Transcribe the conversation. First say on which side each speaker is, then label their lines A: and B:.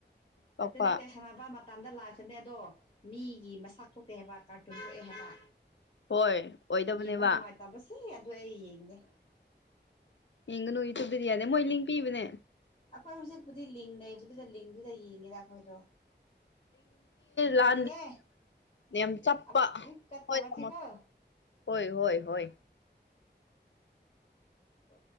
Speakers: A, on the left (about 85°); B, on the left (about 30°).
A: ꯄꯥꯛꯄ
B: ꯑꯇꯩ ꯅꯠꯇꯦꯁꯅꯥꯕ ꯇꯥꯟꯗ ꯂꯥꯛꯑꯒꯅꯦ ꯑꯗꯣ ꯃꯤꯒꯤ ꯃꯁꯥꯛ ꯊꯣꯛꯇꯦ ꯍꯥꯏꯕ ꯀꯥꯔꯇꯨꯟ ꯊꯣꯛꯑꯦ ꯍꯥꯏꯕ
A: ꯍꯣꯏ ꯑꯣꯏꯗꯕꯅꯦꯕ
B: ꯌꯦꯡꯕ ꯅꯨꯡꯉꯥꯏꯇꯕꯁꯦ ꯐꯒ
A: ꯏꯪ ꯅꯨ ꯏꯇꯗꯗꯤ ꯌꯥꯗꯦ ꯃꯣꯏ ꯂꯤꯡ ꯄꯤꯕꯅꯦ
B: ꯑꯩꯈꯣꯏ ꯍꯧꯖꯤꯛꯄꯨꯗꯤ ꯂꯤꯡ ꯅꯩꯕꯗꯨꯗ ꯂꯤꯡꯗꯨꯗ ꯌꯦꯡꯉꯦꯔ ꯑꯩꯈꯣꯏꯗꯣ ꯊꯝꯃꯒꯦ
A: ꯂ ꯌꯥꯝ ꯆꯞꯄ
B: ꯑꯃꯨꯛ ꯀꯠ
A: ꯍꯣꯏ
B: ꯇꯧꯔꯛꯈꯤꯀꯣ
A: ꯇꯥꯃꯣ ꯍꯣꯏ ꯍꯣꯏ ꯍꯣꯏ
B: ꯑ